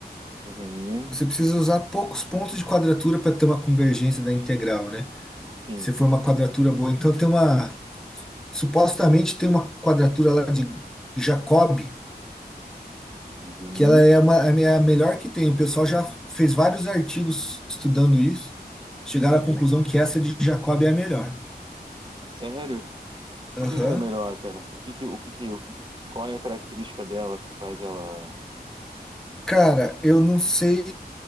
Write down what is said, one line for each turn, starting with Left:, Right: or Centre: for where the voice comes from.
Right: Uhum,
Centre: você precisa usar poucos pontos de quadratura para ter uma convergência da integral, né?
Right: sim.
Centre: Se for uma quadratura boa, então tem uma supostamente tem uma quadratura lá de Jacob
Right: Uhum,
Centre: que ela é uma, é a minha melhor que tem. O pessoal já fez vários artigos estudando isso, chegaram
Right: uhum.
Centre: à conclusão que essa de Jacob é a melhor.
Right: Sério?
Centre: Aham.
Right: Por que que ela é melhor, cara? O que que, o que que, o que que, qual é a característica dela que faz ela...
Centre: Cara, eu não sei